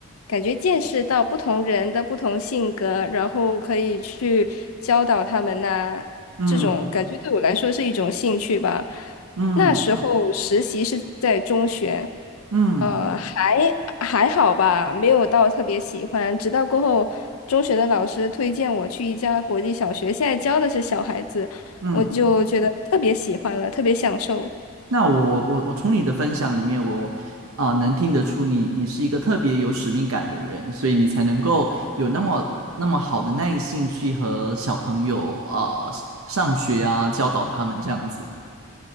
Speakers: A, on the left; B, on the right.
A: 感觉见识到不同人的不同性格，然后可以去教导他们呐、
B: 嗯
A: 这种感觉对我来说是一种兴趣吧。
B: 嗯
A: 那时候实习是在中学，
B: 嗯
A: 呃，还还好吧，没有到特别喜欢，直到过后中学的老师推荐我去一家国际小学，现在教的是小孩子。
B: 嗯，
A: 我就觉得特别喜欢了，特别享受。
B: 那我我我我从你的分享里面，我啊、能听得出你你是一个特别有使命感的人，所以你才能够有那么那么好的耐性去和小朋友啊、上学啊，教导他们这样子。